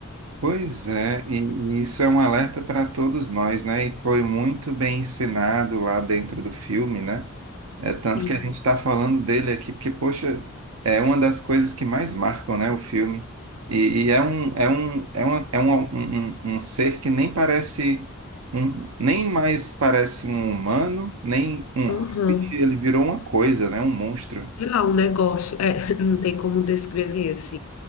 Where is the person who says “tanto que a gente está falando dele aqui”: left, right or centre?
Right